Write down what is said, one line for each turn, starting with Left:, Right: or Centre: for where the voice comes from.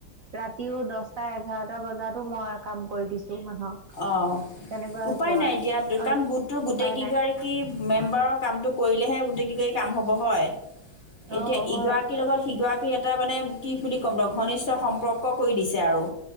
Right: ৰাতিও দচ চাৰে এঘাৰটা বজাতো মই কাম কৰি দিছো। মানুহক।
Left: অহ,
Right: তেনেকুৱা
Left: উপায়
Right: হৈছেগৈ
Left: নাই এতিয়া
Right: অ',
Left: কাৰণ গোটটোৰ গোটেই
Right: উপায়
Left: কেইগৰাকী
Right: নাই
Left: মেম্বাৰৰ কামটো কৰিলেহে গোটেই কেইগৰাকীৰ কাম হ'ব। হয়। এতিয়া
Right: অ', হয়।
Left: ইগৰাকীৰ লগত সিগৰাকী সি এটা মানে কি বুলি কম ৰ ঘনিষ্ঠ সম্পৰ্ক কৰি দিছে আৰু।